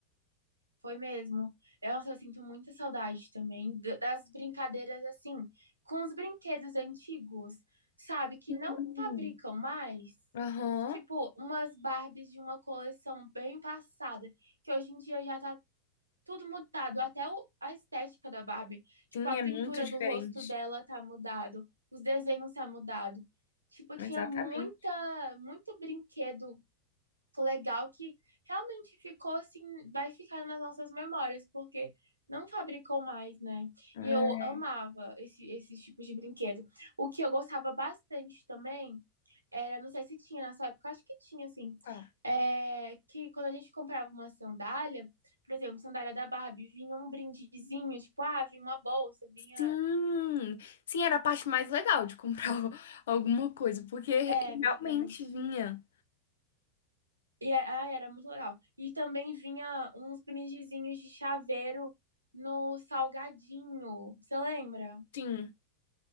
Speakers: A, on the right; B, on the left.
A: Foi mesmo. Eu, eu sinto muita saudade também d- das brincadeiras assim, com os brinquedos antigos, sabe? Que
B: Sim.
A: não fabricam mais.
B: Aham.
A: Tipo, umas Barbies de uma coleção bem passada, que hoje em dia já tá tudo mudado, até o- a estética da Barbie. Tipo,
B: Sim,
A: a
B: é
A: pintura
B: muito diferente.
A: do rosto dela tá mudado, os desenhos tá mudado. Tipo, tinha
B: Exatamente.
A: muita, muito brinquedo legal que realmente ficou assim, vai ficar nas nossas memórias, porque não fabricou mais, né?
B: É.
A: E eu amava esse, esses tipos de brinquedo. O que eu gostava bastante também era, não sei se tinha na sua época, acho que tinha, assim,
B: tá.
A: é, que quando a gente comprava uma sandália, por exemplo, sandália da Barbie, vinha um brindezinho, tipo, ah, vinha uma bolsa, vinha.
B: Sim, sim, era a parte mais legal de comprar <laughs> o- alguma coisa, porque
A: É verdade.
B: realmente vinha.
A: E é- ai, era muito legal. E também vinha uns brindezinhos de chaveiro no salgadinho. Você lembra?
B: Sim,